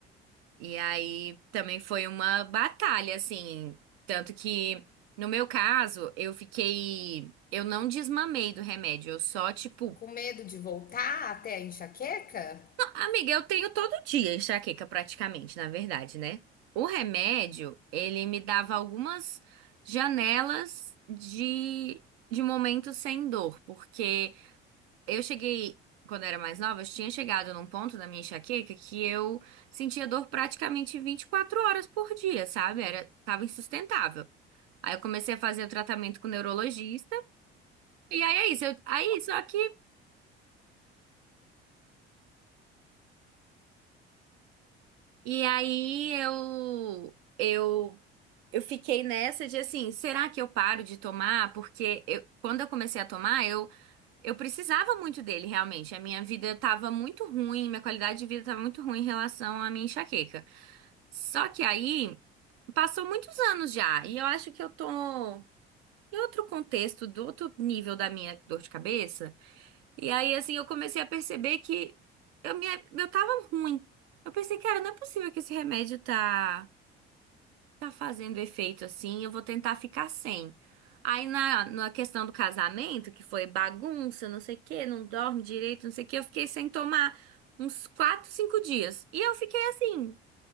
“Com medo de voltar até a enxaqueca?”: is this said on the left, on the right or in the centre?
Left